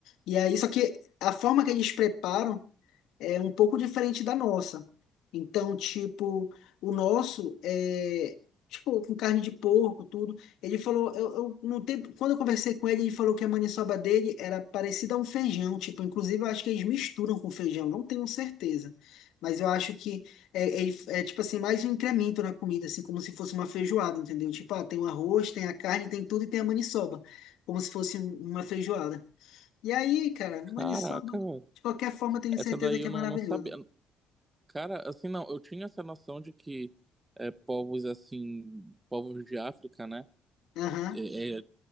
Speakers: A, on the left (about 80°); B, on the right (about 20°).
A: E aí só que a forma que eles preparam é um pouco diferente da nossa. Então, tipo, o nosso é tipo com carne de porco, tudo. Ele falou, eu, eu no tempo, quando eu conversei com ele, ele falou que a maniçoba dele era parecida a um feijão, tipo, inclusive eu acho que eles misturam com feijão, não tenho certeza. Mas eu acho que é, é, é, tipo assim, mais um incremento na comida, assim, como se fosse uma feijoada, entendeu? Tipo, ah, tem o arroz, tem a carne, tem tudo e tem a maniçoba, como se fosse um- uma feijoada. E aí, cara,
B: Caraca,
A: Maniçoba,
B: velho.
A: de qualquer forma, eu tenho
B: Essa
A: certeza
B: daí
A: que
B: eu
A: é maravilhoso.
B: não, não sabia. Cara, assim, não, eu tinha essa noção de que é, povos assim, povos de África, né,
A: Aham.
B: é, é,